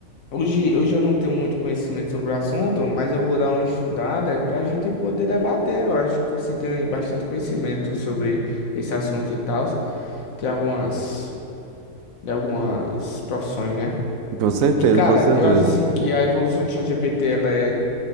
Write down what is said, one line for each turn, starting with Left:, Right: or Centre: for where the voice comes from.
Left: hoje, hoje eu não tenho muito conhecimento sobre o assunto, mas eu vou dar uma estudada para a gente poder debater. Eu acho que você tem bastante conhecimento sobre esse assunto e tal. Tem algumas, de algumas profissões, né?
Right: Com certeza,
Left: E, cara,
Right: com certeza.
Left: eu acho assim que a evolução do ChatGPT ela é,